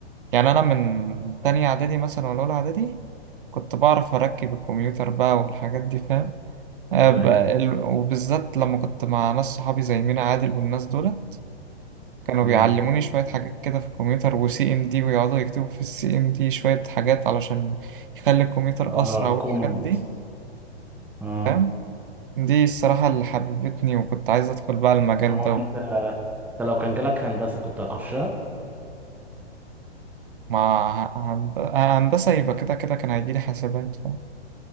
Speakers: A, on the right; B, in the centre.
A: يعني أنا من تانية إعدادي مثلا ولا أولى إعدادي كنت بعرف أركب الكمبيوتر بقى والحاجات دي فاهم آه،
B: ايوه
A: ب- ال- وبالذات لما كنت مع ناس صحابي زي مينا عادل والناس دول كانوا
B: امم
A: بيعلموني شوية حاجات كده في الكمبيوتر وسي ام دي ويقعدوا يكتبوا في السي ام دي شوية حاجات علشان يخلي الكمبيوتر
B: اه
A: أسرع والحاجات
B: كومنت
A: دي
B: اه
A: فاهم دي الصراحة اللي حببتني وكنت عايز أدخل بقى المجال
B: هو
A: ده
B: انت انت لو كان جالك هندسه كنت هتخشها
A: مع هند- هندسة يبقى كده كده كان هيجيلي حسابات فاهم